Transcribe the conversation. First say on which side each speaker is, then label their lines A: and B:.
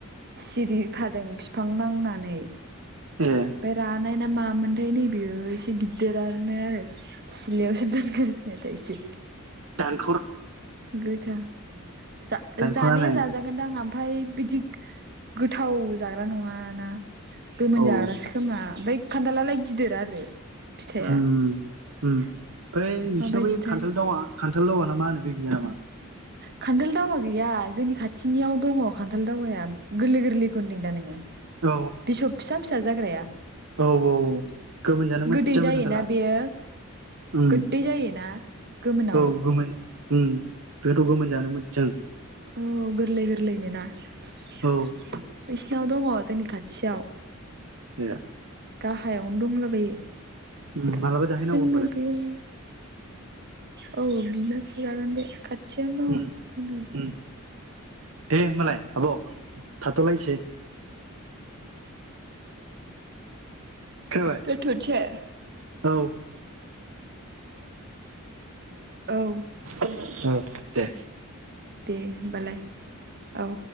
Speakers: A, on the right (about 50°); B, on the right (about 70°).
A: सिरिफादों बिफां नांनानै।
B: ए
A: बे रानाय ना मा मोनथाय नै बेयो एसे गिददिरनो आरो सिलायावसो दोनगासिनो एसि
B: दान
A: गोथां जा-जानाया
B: दानख'ना नाय
A: जाजागोनदां आमफाय बिदि गोथाव जाग्रा नङाना गोमोन
B: औ
A: जाग्रासो खोमा ओमफाय खान्थालालाय गिदिर आरो। फिथाइया
B: ओम ओम बै नोंसिनाव
A: माबायदिथाय
B: बै खान्थाल दावा खान्थाल दावा ना मा होनो बे गैया नामा?
A: खान्थाल दावा गैया जोंनि खाथिनियाव दङ खान्थाल दावाया गोरलै गोरलैखौ होनदों दा नोङो?
B: औ
A: बिसब फिसा फिसा जाग्राया
B: औ औ गोमोन जानो मोजां
A: गोदै जायोना
B: बे खान्थाला
A: बेयो
B: उम
A: गोदै जायोना गोमोनाव?
B: औ गोमोन उम बेथ' गोमोन जानो मोजां
A: औ गोरलै गोरलैनोना बिसिनाव
B: औ
A: दङ जोंनि खाथियाव
B: <unintelligible>
A: गाहायावनो दंलाबायो
B: उम मालाबा जाहैनांगौ
A: सों
B: होमबालाय
A: नोगोर औ बिनो बिजागोन बे खाथि थियावनो
B: उम
A: दङ <unintelligible>
B: उम दे होनबालाय आब' थाथ' लायसै खोनाबाय
A: दोनथ'नसै?
B: औ
A: औ
B: <inaudible> औ दे
A: दे होमबालाय औ